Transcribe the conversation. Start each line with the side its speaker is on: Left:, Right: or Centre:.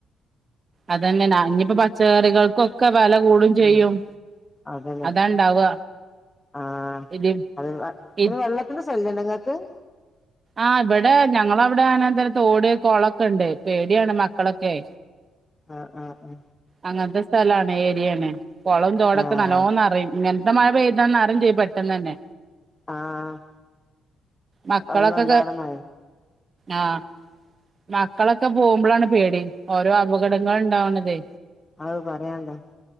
Right: അതന്നെ ന ഇനിയിപ്പോ പച്ച കറികൾക്കൊക്കെ മെല കൂടും
Left: ഉം
Right: ചെയ്യും
Left: അതന്നെ
Right: അതാണ്ടാവുക
Left: ആഹ്
Right: ഇത്
Left: അത്
Right: ഇ
Left: പി വെള്ളത്തിന്റെ ശല്യണ്ടങ്ങൾക്ക്
Right: ആഹ് ഇവിടെ ഞങ്ങളവിടെ തോട് കൊളൊക്കെ ക്കെ ഉണ്ട് പേടിയാണ് മക്കളൊക്കെ
Left: ആഹ് ആ
Right: അങ്ങൻ ത്തെ സ്ഥലാണ് ഏരിയാണ് കുളം തോടൊക്കെ
Left: ആഹ്
Right: നല്ലോം നെറയും മഴപെയ്താൽ നർയ്‌ചെയ്യും പെട്ടെന്നെന്നെ
Left: ആഹ്
Right: മക്കളൊക്കെ
Left: എല്ലാംണ്ടാട മഴ
Right: ആഹ് മക്കളൊക്കെ പോകുമ്പോളാണ് പേടി ഓരോ അപകടങ്ങളുണ്ടാവണതേ
Left: അത് പറയാണ്ടാ